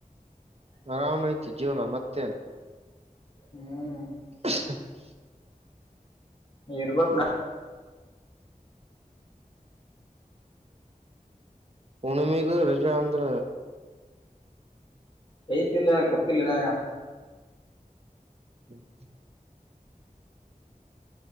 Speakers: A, on the right (about 45°); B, on the left (about 35°).
A: ಆರಾಮ ಆಐ್ತಿ ಜೀವನ ಮತ್ತೆ
B: ಹ್ಮ್
A: ್ಮ
B: ಇರ್ಬೇಕಕ್ ನ
A: ಪಣಮಗ ರಜಾಂದ್ರ
B: ಏತಿಲ್ಲ ಗೊತ್ತಿಲ್ಲನ
A: ಹ್ಮ್ ಹ್ಮ್